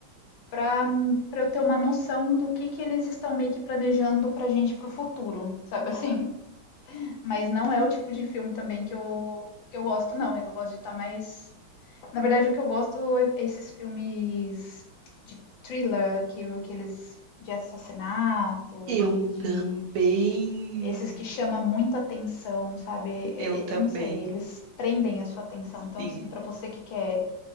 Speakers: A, on the left; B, on the right.
A: para para eu ter uma noção do que que eles estão meio que planejando pra gente pro futuro, sabe assim? Mas não é o tipo de filme também que eu que eu gosto não, é que eu gosto de estar tá mais Na verdade, o que eu gosto é esses filmes de thriller, que que eles de assassinato, de,
B: Eu
A: de
B: também.
A: esses que chamam muita atenção, sabe? Eu,
B: Eu
A: eu
B: também.
A: eu não sei, eles prendem a sua atenção.
B: Sim,
A: Então, assim, para você que quer